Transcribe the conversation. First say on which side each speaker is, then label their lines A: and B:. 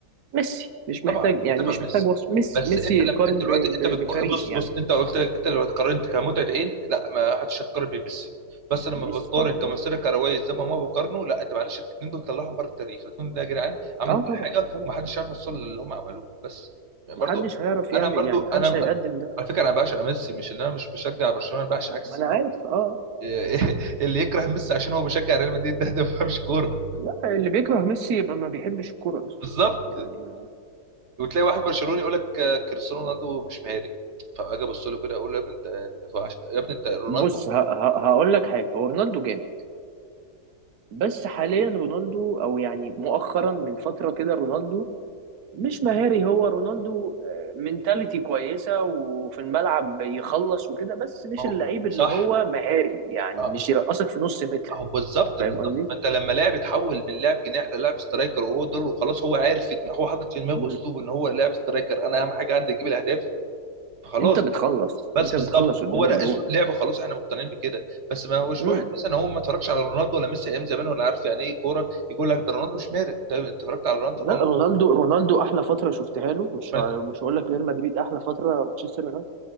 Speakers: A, on the right; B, on the right.
A: ميسي مش
B: طبعا
A: محتاج يعني
B: طبعا
A: مش
B: ميسي
A: محتاج وصف ميسي
B: بس
A: ميسي
B: انت لما
A: يتقارن
B: انت دلوقتي
A: ب- ب-
B: انت بتق...
A: بفريق
B: بص
A: يعني
B: بص انت قلت لك انت لو قارنت كمتعه عين لا ما حدش هيقارن بميسي بس لما
A: ميسي
B: بتقارن
A: طبعا
B: كمسيره
A: اه
B: كرويه زي ما هما بيقارنوا لا انت معلش الاثنين دول طلعهم بره التاريخ الاثنين دول يا جدعان عملوا
A: آه،
B: كل
A: طبعا
B: حاجه
A: طبعا
B: ومحدش عارف يوصل للي هم عملوه بس يعني
A: محدش
B: برضو
A: هيعرف يعمل
B: انا برضو
A: يعني محدش
B: انا
A: هيقدم
B: أنا-
A: ده
B: على فكره انا بعشق ميسي مش ان انا مش بشجع برشلونه انا بعشق عكس
A: ما انا
B: ما-
A: عارف اه
B: <laughs> اللي يكره ميسي عشان هو بيشجع ريال مدريد ده ده ما بيفهمش كوره
A: لا اللي بيكره ميسي يبقى ما بيحبش الكوره اصلا
B: بالظبط
A: يعني
B: وتلاقي واحد برشلوني يقول لك آه، كريستيانو رونالدو مش مهاري فاجي ابص له كده اقول له يا ابني انت أنت عش- يا ابني انت رونالدو
A: بص ه- ه- هقول لك حاجه هو رونالدو جامد بس حاليا رونالدو او يعني مؤخرا من فتره كده رونالدو مش مهاري هو رونالدو آه، منتاليتي كويسة وفي الملعب يخلص وكده بس مش
B: ما هو
A: اللعيب اللي
B: صح
A: هو مهاري يعني
B: اه
A: مش يرقصك في نص متر
B: اهو بالظبط
A: فاهم
B: بالظبط
A: قصدي؟
B: ما انت لما لاعب يتحول من لاعب جناح للاعب سترايكر وهو دوره خلاص هو عارف في دماغه هو حاطط في دماغه
A: مم.
B: اسلوب ان هو لاعب سترايكر انا اهم حاجه عندي اجيب الاهداف خلاص
A: انت بتخلص
B: بس
A: انت
B: بالظبط
A: بتخلص قدام
B: هو ده
A: الجون
B: اسلوب لعبه خلاص احنا مقتنعين بكده بس ما هوش
A: مم.
B: واحد مثلا هو ما اتفرجش على رونالدو ولا ميسي ايام زمان ولا عارف يعني ايه كوره يقول لك ده رونالدو مش مهاري انت أنت اتفرجت على رونالدو
A: لا رونالدو رونالدو احلى فترة شفتها له مش
B: اه
A: ه- مش هقول لك ريال مدريد احلى فترة مانشستر يونايتد